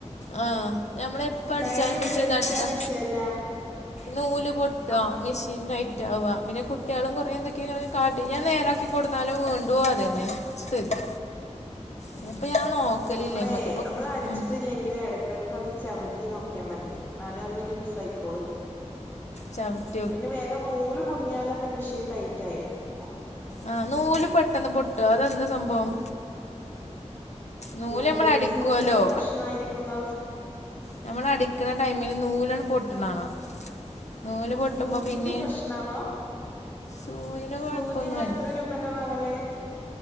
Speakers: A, on the left; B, on the left.
A: ആഹ് ഞമ്മളെ ഇപ്പൊ പ്പടിച്ചാലും
B: ഡെയ്ലി ഉപയോഗിച്ചാ
A: മെഷീൻ കഷ്ട്ട
B: വിഷയല്ല
A: നൂല് പൊട്ടാ
B: അം
A: മെഷീൻ ടൈ വാ പിന്നെ കുട്ട്യാളും കുറെ ന്തൊക്കെയൊങ്ങനെ കാട്ടി ഞാൻ നേരാക്കി കൊടുന്നാലും വീണ്ടും അതന്നെ സ്ഥിതി
B: അതെല്ലേ
A: ഇനിയിപ്പോ ഞാൻ നോക്കലില്ല
B: അമ്മളെ
A: നമ്മക്കിപ്പോ
B: അമ്മളടിച്ചിട്ടില്ലെങ്കി
A: ഉം
B: ല് എടക്കെടക്ക് ക്കൊന്ന് ചവിട്ടി നോക്കിയ മതി ന്നാലെ ഒന്ന് ലൂസ് ആയിക്കോളു
A: ചവി
B: പിന്നെ വേഗം നൂല് കുടുങ്ങിയാലൊക്കെ മെഷീൻ ടൈറ്റായിക്കും-
A: ആഹ് നൂല് പെട്ടെന്ന് പൊട്ടും അതെന്താ സംഭവം? നൂല്
B: നൂലില്ലേ
A: നമ്മൾ അടിക്കുവല്ലോ
B: സൂചിന്റെ പ്രശ്നയിരിക്കുംന്ന
A: നമ്മളടിക്കണ ടൈമില് നൂലണ് പൊട്ടണാണാ നൂല് പൊട്ടുമ്പോ
B: സൂചിന്റെ
A: പിന്നെ
B: പ്രശ്നാവാം
A: സൂചിന് കുഴപ്പൊന്നുമല്ല
B: സൂചി ഇങ്ങള് എത്ര രൂപന്റെ ഇത്തവാദല്ലേ <unintelligible>